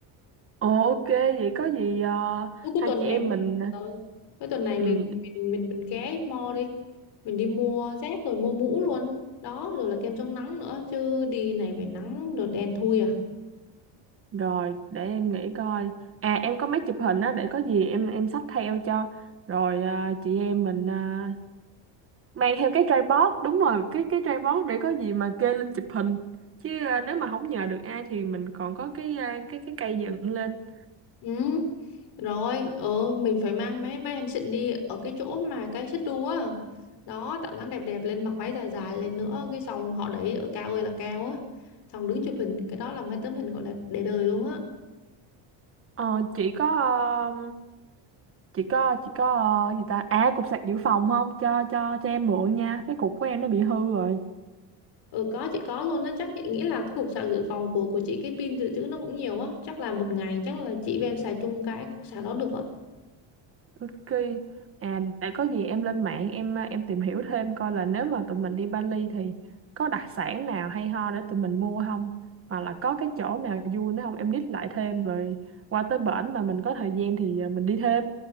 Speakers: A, on the right; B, on the left.
A: Ồ ok, vậy có gì ờ,
B: cuối cuối
A: hai
B: tuần
A: chị em
B: này
A: mình
B: ừ. cuối tuần này
A: ừ,
B: mình mình mình mình ghé mall đi mình đi mua dép rồi mua mũ luôn đó rồi là kem chống nắng nữa chứ đi này về nắng rồi đen thui à
A: rồi để em nghĩ coi. À em có máy chụp hình á để có gì em em xách theo cho. Rồi ờ, chị em mình ờ, mang theo cái tripod, đúng rồi, cái cái tripod để có gì mà kê lên chụp hình. Chứ ờ, nếu mà không nhờ được ai thì mình còn có cái ờ, cái cái cây dựng lên.
B: Ừ. Rồi, ờ mình phải mang mấy mấy anh xịn đi ở cái chỗ mà cái xích đu á. Đó, tạo dáng đẹp đẹp lên mặc váy dài dài lên nữa, cái xong họ đẩy ở cao ơi là cao á. Xong đứng chụp hình, cái đó là mấy tấm hình gọi là để đời luôn á.
A: Ờ chị có ờ, chị có chị có ờ, gì ta? À cục sạc dự phòng không? Cho cho cho em mượn nha. Cái cục của em nó bị hư rồi.
B: Ừ có chị có luôn á, chắc chị nghĩ là cái cục sạc dự phòng của của chị cái pin dự trữ nó cũng nhiều á, chắc là một ngày chắc là chị và em xài chung cái cục sạc đó được á.
A: Ok. À, để có gì em lên mạng em à, em tìm hiểu thêm coi là nếu mà tụi mình đi Bali thì có đặc sản nào hay ho để tụi mình mua không? Hoặc là có cái chỗ nào vui nữa không? Em list lại thêm rồi qua tới bển mà mình có thời gian thì à, mình đi thêm.